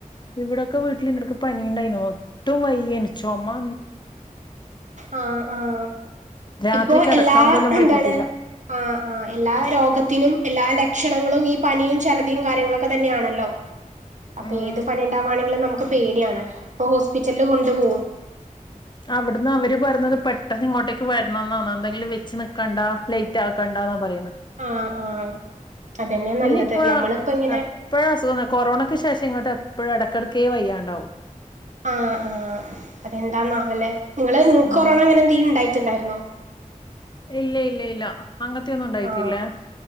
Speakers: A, on the left; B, on the right.
A: ഇവിടൊക്കെ വീട്ടില് ഇട പണിണ്ടയ്നു ഒട്ടും വൈ്യന ചോമാ
B: ആഹ് ആഹ്
A: രാത്രി
B: ഇപ്പൊ
A: കിടക്കാൻ
B: എല്ലാ
A: പോലും
B: എന്താണ്
A: പറ്റിട്ടില്ല
B: ആഹ് ആഹ് എല്ലാ രോഗത്തിനും എല്ലാ ഭക്ഷണങ്ങളും ഈ പനിയും ചറദിയും കാര്യങ്ങളൊക്കെ തന്നെയാണല്ലോ അപ്പൊ
A: ഉം
B: ഏത് പണി ഉണ്ടാവാണെങ്കിലും നമുക് പേടിയാണ് അപ്പൊ ഹോസ്പിറ്റലില് കൊണ്ടു പോകും
A: അവിടുന്ന് അവര് പറ ത് പെട്ടെന്ന് ഇങ്ങോട്ടേക്ക് വരണം എന്നാ എന്തങ്കിലും വെച്ച് നിൽക്കണ്ട ലേറ്റ് ആക്കണ്ടാന്നാ പറയുന്ന
B: ആഹ് ആഹ് അതന്നെ
A: പിന്ന
B: നല്ലത്
A: ഇപ്പോ
B: നമ്മളിപ്പോ ഇങ്ങനെ
A: എപ്പഴ അസുഖ കൊറോണക്ക് ശേഷം ഇങ്ങോട്ട് ഇപ്പോഴ ഇടയ്ക്കിടക്കയേ വയ്യാണ്ടാവും
B: ആഹ് ആഹ് അതെന്താന്നാവലെ നിങ്ങള് നിങ്ങക്ക്
A: ഉം
B: കൊറോണ അങ്ങെ എന്ത <unintelligible> ണ്ടായിരുന്നോ
A: ഇല്ല ഇല്ല ഇല്ല അങ്ങനത്തെയൊന്നും ഉണ്ടായിട്ടില്ലേ
B: ആഹ്